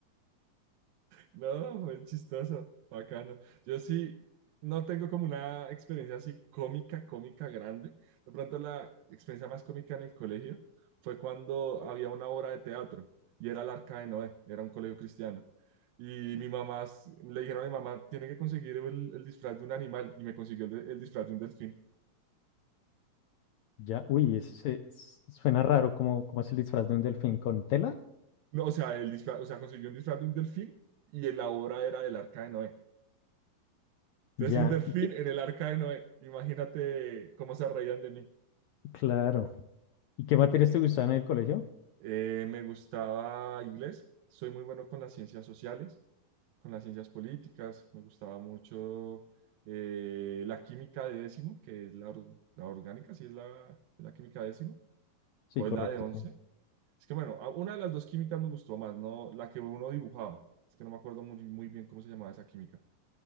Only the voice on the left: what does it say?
Ya, uy, eso se- s- suena raro, como, como es el disfraz de un delfín con tela.
Ya,
y qué-
claro. ¿Y qué materias te gustaban en el colegio?
Sí,
correcto.
sí.